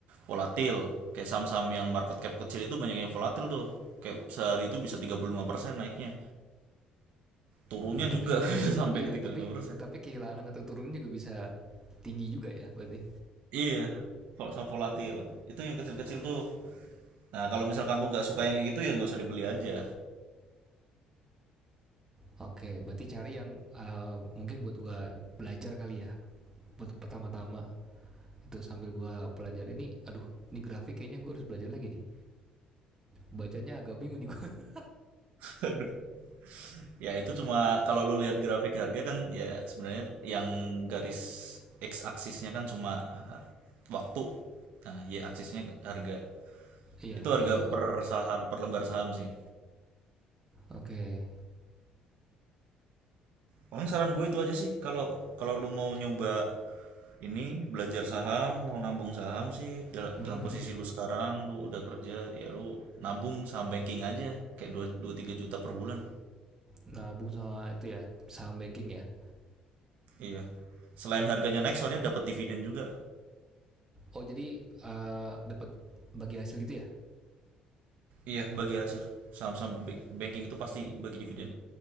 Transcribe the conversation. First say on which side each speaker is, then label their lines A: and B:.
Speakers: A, on the right; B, on the right.
A: volatil, kayak saham-saham yang market cap kecil itu banyak yang volatil tuh. Kayak sehari itu bisa 35% naiknya. Turunnya
B: Hmm, tapi
A: juga <laughs> bisa sampai
B: iya,
A: ke tiga
B: tapi
A: puluh lima persen.
B: tapi kehilangan atau turunnya juga bisa tinggi juga ya berarti.
A: Iya, vol- saham volatil. Itu yang kecil-kecil tuh. Nah, kalau misalkan lu nggak suka yang kayak gitu ya nggak usah dibeli aja.
B: Oke, berarti cari yang eee, mungkin buat gua belajar kali ya, buat pertama-tama. Itu sambil gua pelajari ini, aduh, ini grafik kayaknya gua harus belajar lagi nih. Bacanya agak bingung nih gua. <laughs>
A: <laughs> Ya itu cuma kalau lu lihat grafik harga kan ya sebenarnya yang garis x aksisnya kan cuma waktu. Nah, y aksisnya harga.
B: Iya,
A: Itu harga
B: heeh heeh.
A: per saham, per lembar saham sih.
B: Oke.
A: Pokoknya saran gue itu aja sih kalau kalau lu mau nyoba ini belajar saham, mau nabung saham sih dal-
B: Mhm
A: dalam
B: mhm.
A: posisi lu sekarang lu udah kerja, ya lu nabung saham banking aja kayak 2 2 3 juta per bulan.
B: Nabung sama itu ya, saham banking ya?
A: Iya. Selain harganya naik soalnya dapat dividen juga.
B: Oh jadi, eee, dapat bagi hasil gitu ya?
A: Iya, bagi hasil saham-saham ba- banking itu pasti bagi dividen.